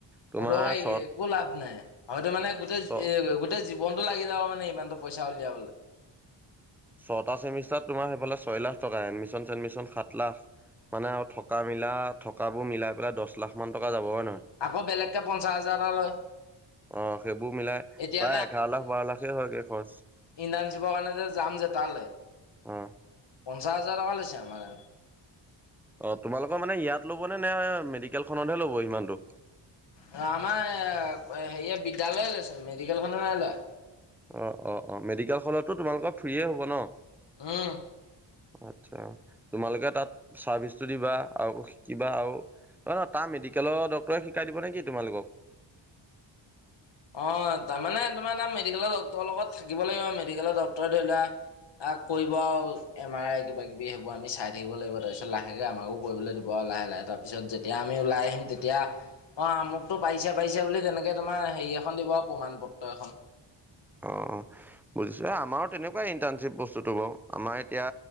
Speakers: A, in the centre; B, on the left.
A: তোমাৰ
B: অদৰ্কাৰী
A: চত
B: এ-একো লাভ নাই, হয়তো মানে গোটেই
A: ছ
B: এ গোটেই জীৱন জীৱনটো লাগি যাব মানে ইমানটো পইচা উলিয়াবলৈ।
A: ছটা চেমিষ্টাৰত তোমাৰ সেইফালে ছয় লাখ টকাই, এডমিশ্যন-চেডমিশ্যন সাত লাখ মানে আৰু থকা মিলা থকাবোৰ মিলাই পেলাই দহ লাখ মান টকা যাব হয় নহয়।
B: আকৌ বেলেগকে পঞ্চাছ হাজাৰ এটা লয়।
A: অ' সেইবোৰ মিলাই প্ৰায়
B: এতিয়া
A: এঘাৰ লাখ, বাৰ লাখে হয়গৈ খৰচ।
B: ইণ্টাৰ্ণশিপৰ কাৰণে যে, যাম যে তালে।
A: অহ'।
B: পঞ্চাছ হাজাৰ টকা লৈছে আমাৰ।
A: অ' তোমালোকৰ মানে ইয়াত ল'বনে' নে মেডিকেলখনতহে ল'ব ইমানটো।
B: অ, আমাৰ এ হেৰিয়ে বিদ্যালয় লৈছে, মেডিকেলখনে নাই লোৱা।
A: অ', অ', অ', মেডিকেল খনতটো তোমালোকৰ ফ্ৰি এ হ'ব ন।
B: উম।
A: আচ্ছা। তোমালোকে তাত চাৰ্ভিচটো দিবা, আকৌ শিকিবা আৰু অ, তাৰ মেডিকেলৰ ডক্টৰে শিকাই দিব নেকি তোমালোকক?
B: অ, তাৰমানে তোমাৰ তাত মেডিকেলৰ ডক্টৰৰ লগত থাকিব লাগিব, মেডিকেলৰ ডক্টৰে ধৰি লোৱা। আহ, কৰিব আৰু এম আৰ আই কিবা, কিবি। কি হ'ব আমি চাই থাক লাগিব, তাৰপিছত লাহেকৈ আমাকো কৰিবলৈ দিব আৰু লাহে, লাহে তাৰপিছত যেতিয়া আমি ওলাই আহিম তেতিয়া অ, আমুক টো পাৰিছে, পাৰিছে বুলি তেনেকে তোমাৰ হেৰি এখন দিব আৰু প্ৰমাণ পত্ৰ এখন।
A: অ', অ', বুজিছো আমাৰো তেনেকুৱাই ইণ্টাৰ্ণশ্বিপ বস্তুটো বাৰু, আমাৰ এতিয়া